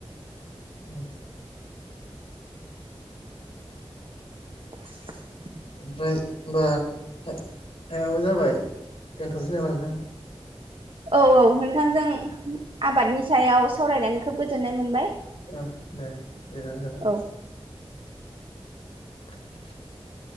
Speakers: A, on the left; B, on the right.
A: <inaudible> उम
B: <inaudible>
A: ओमफ्राय होमबा टइ टाइमाबो जाबाय दोनथ'नोसै नामा नोंथां
B: औ औ नोंथांजों आबादनि सायाव सावरायनानै खोब गोजोननाय मोनबाय।
A: ओ दे <unintelligible>
B: औ
A: <inaudible>